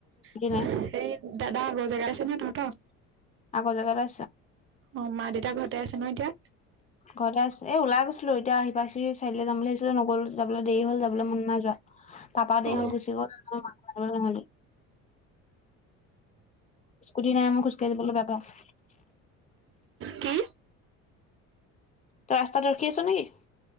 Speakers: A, on the right; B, on the left.
A: সেই
B: নাই
A: দাদা আগৰ জেগা আছে নে তহঁতৰ?
B: আগৰ জেগা
A: অ, মা-দেউতা ঘৰতে আছে ন এতিয়া?
B: ঘৰতে আছ, এ ওলাই গৈছিলো এতিয়া আ <unintelligible> যাম বুলি আহিছিলে, নগ'ল, যাবলৈ দেৰি হ'ল, যাবলৈ মন নাই যোৱা। তাৰপা দেৰি
A: অ
B: হ'ল গুচি গ'ল স্কুটি নাই মই খোজকাঢ়ি যাবলৈ বেয়া পাও। <inaudible>
A: কি
B: তই ৰাস্তাত ৰখি আছো নেকি?